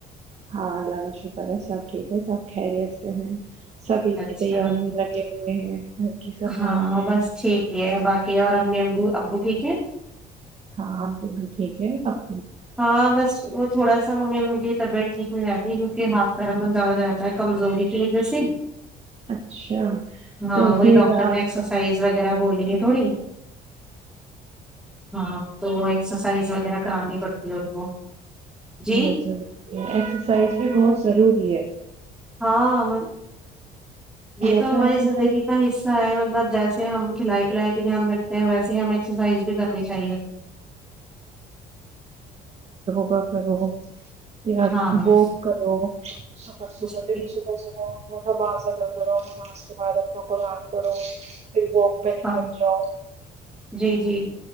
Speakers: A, on the right; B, in the centre.
A: ہاں اللہ کا شکر ہے سب ٹھیک ہے سب خریت سے ہیں <unintelligible> سبھی
B: اچھا
A: کی تیاری میں لگے ہوئے ہیں <unintelligible> صفائی
B: ہاں
A: میں
B: بس ٹھیک ہے باقی اور امی <unintelligible> او ابو ٹھیک ہے <unintelligible>
A: ہاں وہ بھی ٹھیک ہے سب <unintelligible>
B: ہاں بس وہ تھوڑا سا ممی ممی <unintelligible> طبیعتٹیک نہیں رہتی ہے کیک ہات <unintelligible> گرم میں درا رہتا ہے کمزوری <unintelligible> ج جیسی <unintelligible>
A: اچھا
B: ہاں
A: تو
B: وہی
A: پھر
B: ڈاکٹر
A: <unintelligible>
B: نے ایکسرسائز وغیرہ بولی ہے تھوڑی ہاں تو وہ ایکسرسائز وغیرہ کرانی پڑتی ہے ان کو جی
A: بہت زیارہ ایکسرسائز بھی بہت <inaudible> ضروری ہے
B: ہاں یہ
A: یا
B: تو ہماری
A: ایکسرسائز
B: زندگی کا حصہ ہے مطلب جیسے ہم کھلائی سل بھی دھیان رکھتے ہیں ویسے ہمیں ایکسرسائز بھی کرنی چاہیے
A: ا کرو یا
B: ہاں
A: وک کربحبح
B: جی
A: دھبحبح
B: جی
A: اٹھ نماز ادا کرو نماز کے بعد اپنا قرآن پڑھو پھر واک پہ نکل
B: ہاں
A: جاؤ
B: جی جی